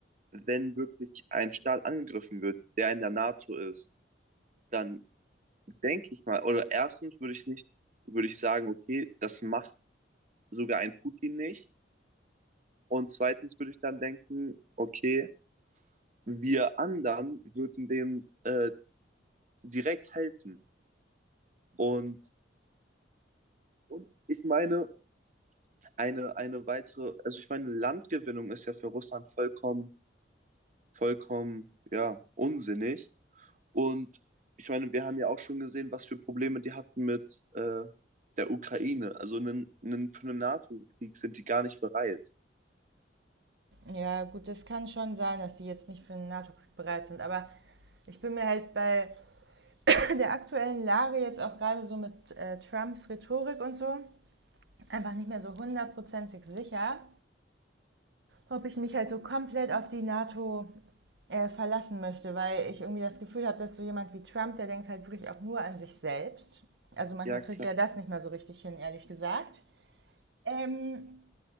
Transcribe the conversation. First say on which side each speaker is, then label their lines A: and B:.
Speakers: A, on the right (about 40°); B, on the right (about 65°).
A: wenn wirklich ein Staat angegriffen wird, der in der NATO ist, dann denke ich mal, oder erstens würde ich nicht, würde ich sagen, okay, das macht sogar ein Putin nicht. Und zweitens würde ich dann denken, okay, wir anderen würden denen äh, direkt helfen. Und, und ich meine, eine, eine weitere, also ich meine, Landgewinnung ist ja für Russland vollkommen, vollkommen, ja, unsinnig. Und ich meine, wir haben ja auch schon gesehen, was für Probleme die hatten mit äh, der Ukraine. Also einen, einen, für einen NATO-Krieg sind die gar nicht bereit.
B: Ja, gut, das kann schon sein, dass die jetzt nicht für einen NATO-Krieg bereit sind, aber ich bin mir halt bei <laughs> der aktuellen Lage jetzt auch gerade so mit äh, Trumps Rhetorik und so einfach nicht mehr so hundertprozentig sicher, ob ich mich halt so komplett auf die NATO äh, verlassen möchte, weil ich irgendwie das Gefühl habe, dass so jemand wie Trump, der denkt halt wirklich auch nur an sich selbst. Also manchmal
A: Ja,
B: kriegt
A: klar.
B: er das nicht mehr so richtig hin, ehrlich gesagt. Ähm,